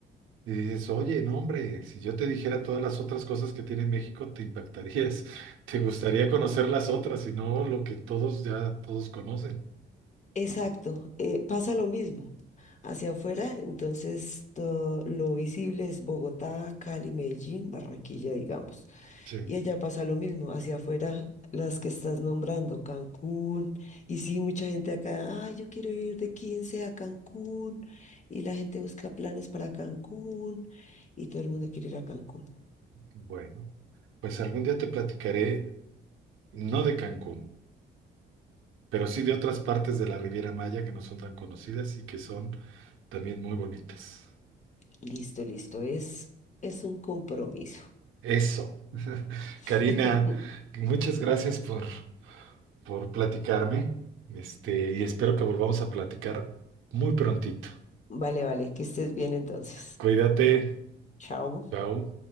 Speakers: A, on the right (about 85°); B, on the left (about 35°).
A: y dices, oye, no, hombre, si yo te dijera todas las otras cosas que tiene México, te impactarías, <laughs> te gustaría conocer las otras y no lo que todos ya, todos conocen.
B: exacto, eh, pasa lo mismo hacia afuera, entonces todo lo visible es Bogotá, Cali, Medellín, Barranquilla, digamos.
A: Sí.
B: Y allá pasa lo mismo, hacia afuera, las que estás nombrando, Cancún. Y sí, mucha gente acá, ay, yo quiero ir de 15 a Cancún. Y la gente busca planes para Cancún y todo el mundo quiere ir a Cancún.
A: Bueno, pues algún día te platicaré, no de Cancún, pero sí de otras partes de la Riviera Maya que no son tan conocidas y que son también muy bonitas.
B: Listo, listo, es, es un compromiso.
A: Eso.
B: <laughs>
A: Karina, muchas gracias por, por platicarme, este, y espero que volvamos a platicar muy prontito.
B: Vale, vale, que estés bien entonces.
A: Cuídate.
B: Chao.
A: Chao.